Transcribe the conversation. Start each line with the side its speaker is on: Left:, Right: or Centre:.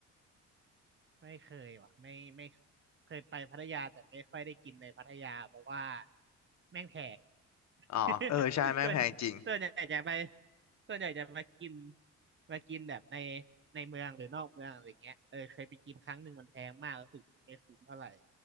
Right: ไม่เคยว่ะไม่ไม่เคยไปพัทยาแต่ไม่ค่อยได้กินในพัทยาเพราะว่าแม่งแพง
Left: อ๋อเออใช่แม่งแพงจริง
Right: <laughs> ส่วนส่วนใหญ่จะไปส่วนใหญ่จะมากินมากินแบบในในเมืองหรือนอกเมืองอะไรเงี้ยเออเคยไปกินครั้งหนึ่งมันแพงมากแล้วถึงไม่คุ้มเท่าไหร่